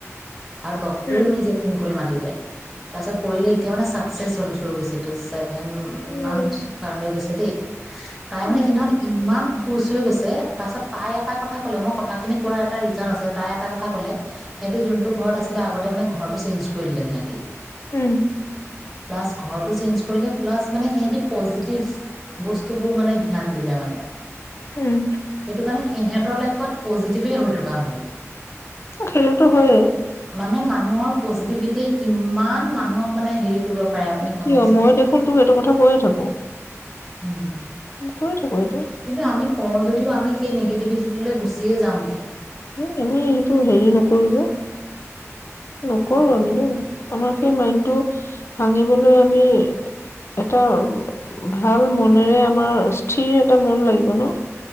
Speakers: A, in the centre; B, on the left.
A: আৰু ডাক্তৰেও
B: উম,
A: নিজে ফোন কৰি মাতি তিলে তাৰপিছত কৰিলে এতিয়া মানে চাক চেছ হল চুৰুগুছি টো ছেক ভেন
B: উম,
A: মান পাৰ হৈ গৈছে যদি তাই
B: উম,
A: মানে সেইদিনাখন ইমান খোচ হৈ গৈছে তাৰপাছত তাই ইয়াত এটা কথা কলে মই কথাখিনি কোৱাৰ এটা ৰিজন আছে তাই এটা কথা কলে সিহঁতি যোনটো ঘৰত আছিলে আগতে মানে ঘৰটো মানে চেঞ্চ কৰি দিলে সিহঁতি
B: উম
A: প্লাছ ঘৰটো চেঞ্জ কৰিলে প্লাছ মানে সিহঁতি পজিটিভ বস্তুবোৰ মানে ধ্যান দিলে মানে
B: উম
A: সেইটো কাৰণে সিহঁতৰ লাইফত পজিটিভেই হৈ থকা হ'ল
B: সেইটো হয়ে
A: মানে মানুহৰ পজিটিভিটিয়ে কিমান মানুহক মানে হেৰি কৰিব পা- পাৰে আপুনি ভাবক
B: কিয়
A: চোন,
B: মই দেখোন তোক এইটো কথা কৈয়ে থাকো।
A: উম
B: কৈয়ে থাকো এইটো
A: কিন্তু আমি কও যদিও আমি সেই নিগে- পৃথি টোলে গুচিয়ে যাওঁগৈ
B: এ আমি সেইটো হেৰি নকৰো যে নকৰো
A: মানে
B: আমি ন আমাৰ সেই মাইণ্ডটো ভাঙিবলৈ আমি এটা ভাল মনেৰে আমাৰ স্থিৰ এটা মন লাগিব ন